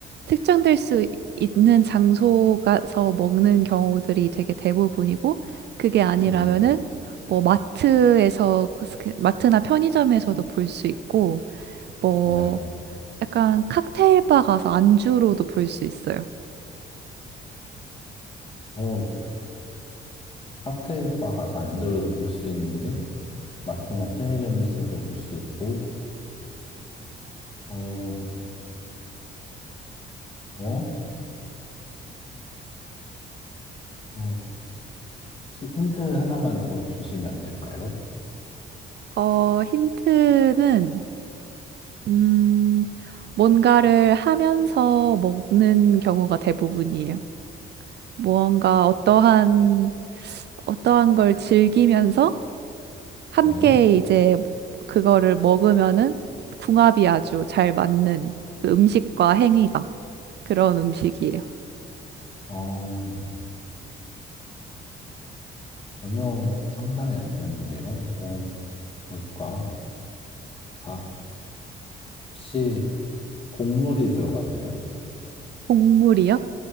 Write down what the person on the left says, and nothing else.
네,
네.
어, 칵테일 바 가서 안 들어도 볼 수 있는데, 마트나 편의점에서도 볼 수 있고, 어, 어? 어, 혹시 힌트 하나만 더 주시면 안 될까요?
네.
어, 전혀 상상이 안 되는데요. 어, 뭘까? 바, 혹시 곡물이 들어가나요?